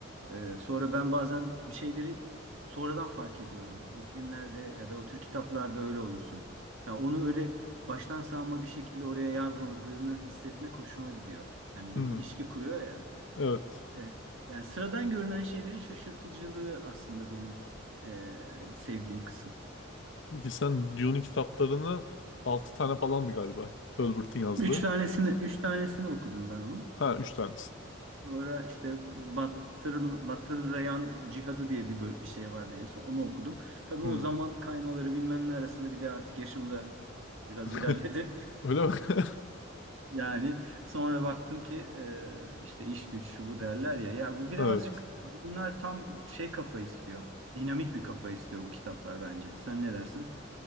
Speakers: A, on the right; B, on the left.
A: Ee, sonra ben bazen bir şeyleri sonradan fark ediyorum. O filmlerde ya da o tür kitaplarda öyle olursun. Ya onu öyle baştan savma bir şekilde oraya yazmadığını hissetmek hoşuma gidiyor. Yani
B: Hı.
A: bir ilişki kuruyor ya.
B: Evet.
A: Ee, yani sıradan görünen şeylerin şaşırtıcılığı aslında benim ee, sevdiğim kısım.
B: Peki sen Dune'un kitaplarını 6 tane falandı galiba. Herbert'in yazdığı.
A: Üç Evet. tanesini, üç tanesini okudum ben onun.
B: Ha 3 tanesi.
A: Sonra işte Battırıl, Battırlayan Cihadı diye bir, böl- bir şey vardı en son. Onu okudum. Tabii
B: Hı.
A: o zaman kaymaları bilmem ne arasında bir de artık yaşım da biraz
B: <laughs>
A: ilerledi. <laughs>
B: Öyle mi? <laughs>
A: Yani sonra baktım ki e, işte iş güç şu bu derler ya. Ya bu birazcık
B: Evet.
A: bunlar tam şey kafa istiyor. Dinamik bir kafa istiyor bu kitaplar bence. Sen ne dersin?